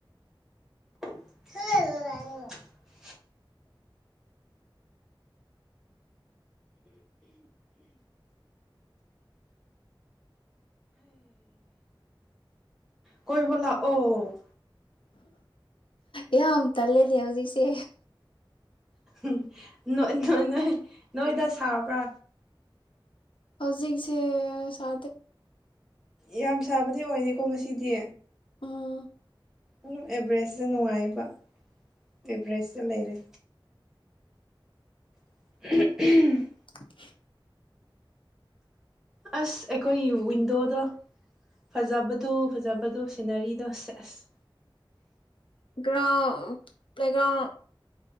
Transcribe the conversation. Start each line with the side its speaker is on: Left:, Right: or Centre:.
Centre: ꯍ ꯍ ꯀꯣꯏꯕꯂ ꯑꯣ
Left: ꯌꯥ ꯇꯜꯂꯦ ꯂꯩ ꯍꯧꯖꯤꯛꯁꯦ
Centre: ꯎꯝ ꯅꯣꯏ ꯅꯣꯏ ꯅꯣꯏꯗ ꯁꯥꯕ꯭ꯔꯥ
Left: ꯍꯧꯖꯤꯛꯁꯦ ꯁꯥ
Centre: ꯌꯥꯝ ꯁꯥꯕꯗꯤ ꯑꯣꯏꯔꯦꯀꯣ ꯉꯁꯤꯗꯤ
Left: ꯎꯝ
Centre: ꯑꯗꯨ ꯑꯦꯚꯔꯦꯁꯁꯦ ꯅꯨꯡꯉꯥꯏꯕ ꯑꯦꯚꯔꯦꯁꯇꯦ ꯂꯩꯔꯦ <inaudible>
Left: <inaudible>
Centre: ꯑꯁ ꯑꯩꯈꯣꯏꯒꯤ ꯋꯤꯟꯗꯣꯗꯣ ꯐꯖꯕꯗꯨ ꯐꯖꯕꯗꯨ ꯁꯤꯅꯔꯤꯗꯣ ꯁꯦ ꯑꯁ
Left: ꯒ꯭ꯔꯥꯎꯟ ꯄ꯭ꯂꯦꯒ꯭ꯔꯥꯎꯟ